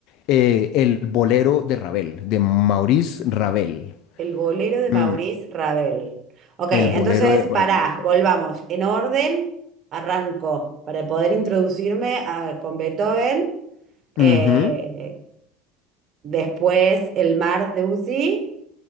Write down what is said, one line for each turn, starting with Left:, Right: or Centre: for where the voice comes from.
Left: eh, el bolero de Ravel, de Maurice Ravel.
Right: El bolero de
Left: Mm,
Right: Maurice Ravel. Ok,
Left: el
Right: entonces,
Left: bolero de Maurice
Right: pará,
Left: Ravel.
Right: volvamos. En orden, arranco para poder introducirme a- con Beethoven.
Left: Ujú,
Right: eh, después el mar de Debussy